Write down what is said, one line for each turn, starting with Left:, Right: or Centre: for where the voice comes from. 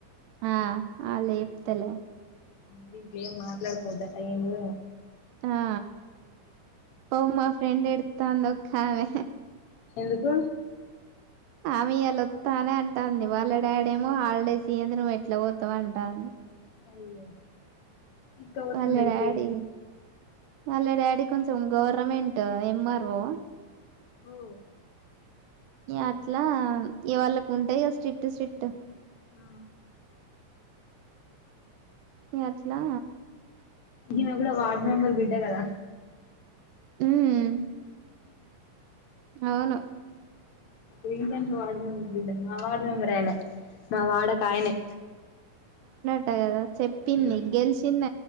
Right: ఆ ఆ లేదు ఇత్తలే
Left: దీంట్లో ఏం మాట్లాడకోవద్దట ఏం ఊ ఏమో
Right: ఆ పో మా ఫ్రెండ్ ఏడ్ తాంది ఒక్కామె
Left: ఎందుకు
Right: ఆమెయియాల వత్తా అనే అంటాంది వాళ్ళ డాడేమో హాలిడేస్ ఇయ్యంది నువ్వు ఎట్లా పోతావు అంటాండు
Left: అయ్యో ఇక్కడా పోతే
Right: వాళ్ళ
Left: ఎంత అయితయి
Right: డాడీ వాళ్ళ డాడీ కొంచెం గవర్నమెంట్ ఎంఆర్ఓ
Left: ఓ
Right: అట్లా ఇ వాళకి ఉంటాయి స్ట్రిక్ట్ స్ట్రిట్
Left: ఆ
Right: ఇగ అట్లా
Left: ఈమె కూడా వార్డ్ మెంబర్ బిడ్డ కదా
Right: మ్మ్ అవును
Left: రీసెంట్ వార్డ్ మెంబర్ మా వార్డ్ మెంబర్ ఆఏ మా వాడకి ఆయనే
Right: అవునంట కదా చెప్పింది
Left: ఉమ్
Right: గెలిచింద